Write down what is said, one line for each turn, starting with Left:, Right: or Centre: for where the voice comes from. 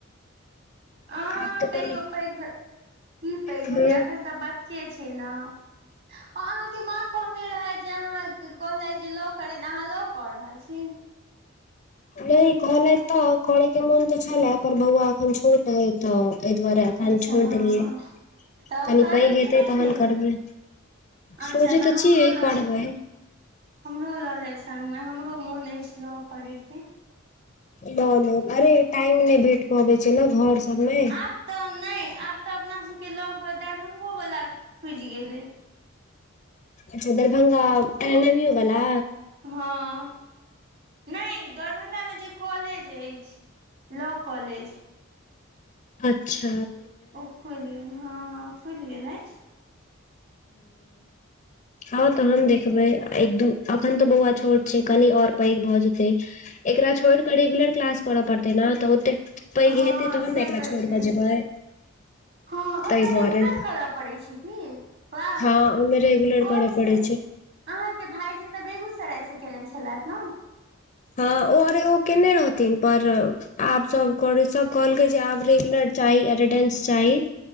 Right: आं
Left: आब तऽ
Right: तैयो
Left: कनि
Right: पैघ की पैघ हेतै
Left: हूं
Right: एखन तऽ बच <unintelligible> अहाँके माँ कह कहने रहैथ जे अहाँके कहलथि जे लॉ करे अहाँ लॉ कऽ रहल छी
Left: नहि कहलैथ तऽ करै के मोन तऽ छलै पर बौआ अखन छोट है तऽ एहि दुआरे एखन
Right: अच्छा
Left: छोड़
Right: हँ
Left: देलियै
Right: तऽ
Left: कनी
Right: करबै
Left: पैघ हेतै
Right: कि नहि
Left: तखन
Right: फेर
Left: करबै
Right: अच्छा
Left: सोचै तऽ
Right: हमरो
Left: छियै
Right: लऽ
Left: करबै
Right: लेब हमरो लऽ लेब संग गमे हमरो मोन अछि लॉ करयके
Left: ल लेब अरे टाइम नहि भेट पाबै छै ने घर सबमे
Right: आब तऽ नाऐ आब तऽ अपना सबके लगभग दरभंगो वला खुजि गेलै
Left: अच्छ दरभंगा एलनमयू बला
Right: हँ नहि दरभंगा जे कॉलेज अछि लॉ कॉलेज
Left: अच्छ
Right: ओ खुल गेल हँ खुलि गेल अछि
Left: ह <unintelligible> तहन देखबै एक दू अखन तऽ बौआ छोट छै कनि और पैघ भऽ जेतै एकरा छोड़ि कऽ रेगुलर क्लास करऽ पड़तै ने तऽ ओतेक पैघ
Right: हँ
Left: हेतै तऽ
Right: से
Left: हम ने एकरा छोड़ि
Right: छै
Left: कऽ जेबै
Right: हँ ओहिमे
Left: ताहि दुआरे
Right: रेगुलर करय पड़ैत छै की क्लास
Left: हँ ओहिमे रेगुलर
Right: कहै
Left: करऽ
Right: छै।
Left: पड़ै
Right: अहाँक भायजी तऽ बेगूसराय सँ केने छलथि न
Left: हँ ओरे-ओ केने रहथिन पर आब सभ कऽ सभ कहलकै जे आब रेगुलर चाहि अटेंडेंस चाहि